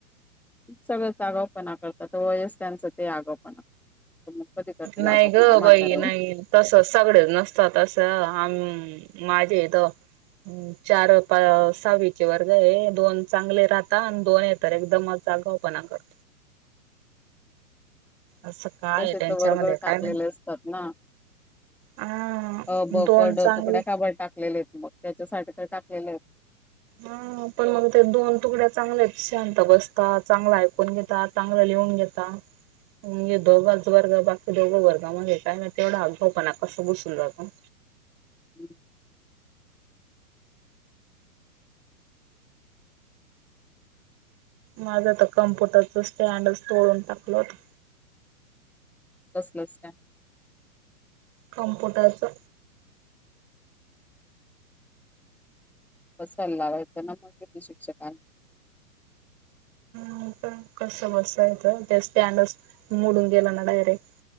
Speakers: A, in the centre; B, on the right.
A: सगळंच आगावू पणा करतात वय स त्यांचं ते आगावू पणा पण मग कध करतील
B: नाही
A: आगावू
B: ग
A: पण ना, म्हाताऱ्याहून.
B: बाई नाही तस सगळे नसतात तसं आम् माझेथ ह् चार पा सहावीचे वर्ग आहे दोन चांगले राहता आणि दोन य तर एकदमच जागा पणा कर असं काय
A: तसे
B: त्यांच्यामध्ये
A: तर वर्ग टाकलेले
B: काय माहित
A: असतात ना
B: हा
A: अ ब
B: दोन
A: पड
B: चांगले
A: तुकड्या काबड टाकलेले आहेत मग त्याच्यासाठी तर टाकलेले आहेत <unintelligible>
B: हा पण मग ते दोन तुकड्या चांगले शांत बसतात. चांगले ऐकून घेता चांगलं लिहून घेता. अम्म दोघंच वर्ग बाकी दोघं वर्ग म्हगे काय नाही तेवढा आग्गावू पणा कं घुसुन जातो.
A: हम्म.
B: माझं तर कम्प्युटरच स्टँड स तोडून टाकलं होत.
A: कसलच काय?
B: कमप्युटरच
A: बसायला लावायचं ना, मग तीथ शिक्षकांन <inaudible>
B: मी पण कस बसायचं त्या स्टँडस मोडून गेल ना, डायरेक